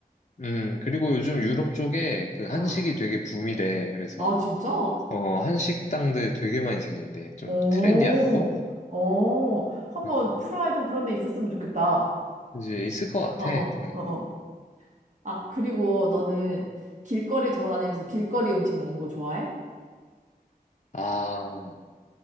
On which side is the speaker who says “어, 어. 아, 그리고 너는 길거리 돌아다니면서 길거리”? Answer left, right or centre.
Right